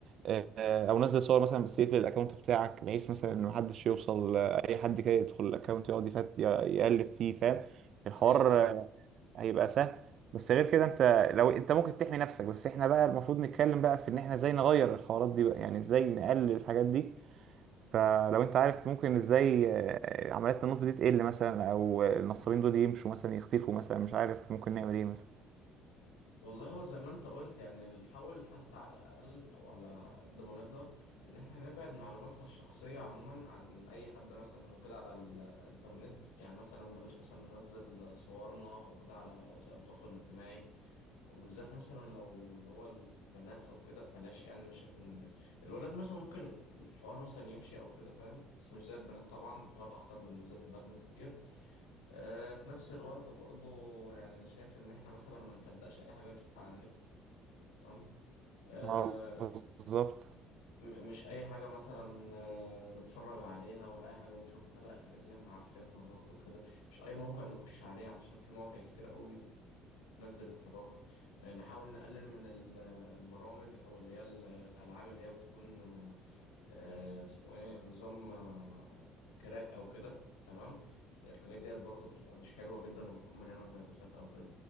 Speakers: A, on the right (about 55°); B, on the left (about 80°).
A: آه، او نزل صور مثلا بس يقفل الاكونت بتاعك بحيث مثلا ان محدش يوصل آه، اي حد كده يدخل الاكونت يقعد يفت يقلب فيه فاهم الحوار
B: ايوه
A: هيبقى سهل بس غير كده انت لو انت ممكن تحمي نفسك بس احنا بقى المفروض نتكلم بقى في ان احنا ازاي نغير الحوارات دي بقى يعني ازاي نقلل الحاجات دي فلو انت عارف ممكن ازاي آه، عمليات النصب دي تقل مثلا او النصابين دول يمشوا مثلا يختفوا مثلا مش عارف ممكن نعمل ايه مثلا
B: والله هو زي ما انت قلت يعني نحاول حتى على الأقل أو على قد ما نقدر إن احنا نبعد معلوماتنا الشخصية عموما عن أي حد مثلا أو كده على الإنترنت يعني مثلا بلاش مثلا ننزل صورنا أو كده على وسائل التواصل الاجتماعي وبالذات مثلا لو اللي هو البنات أو كده بلاش يعني أنا شايف إن الولاد مثلا ممكن الحوار مثلا يمشي أو كده فاهم بس مش زي البنات طبعا الحوار أخطر بالنسبة لهم كتير آه، في نفس الوقت برضه يعني أنا شايف إن احنا مثلا ما نصدقش أي حاجة نشوفها على النت تمام آه
A: اه بالظبط
B: م- مش اي حاجه مثلا آه، نتفرج عليها ولا اي حاجه نشوفها لا الحاجات اللي احنا عارفينها برضو كده مش اي موقع نخش عليه علشان في مواقع كتير قوي بتنزل اختراق آه نحاول نقلل من ال- البرامج او اللي هي ال- الالعاب اللي هي بتكون آه، آه، اسمه ايه نظام آه، كراك او كده تمام الحاجات ديت برضو بتبقى مش حلوه جدا وبتكون مليانه فيروسات او كده